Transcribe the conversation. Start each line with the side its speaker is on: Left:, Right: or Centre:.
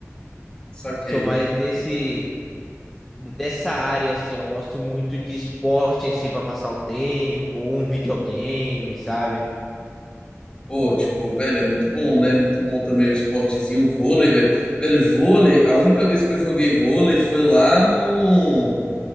Left: Saquei.
Centre: Sou mais desse dessa área assim, eu gosto muito de esporte em si para passar o tempo, ou um videogame, sabe?
Left: Pô, tipo, velho, é muito bom, né? Muito bom também o esportezinho, o vôlei, velho. Velho, vôlei, a única vez que eu joguei vôlei foi lá no.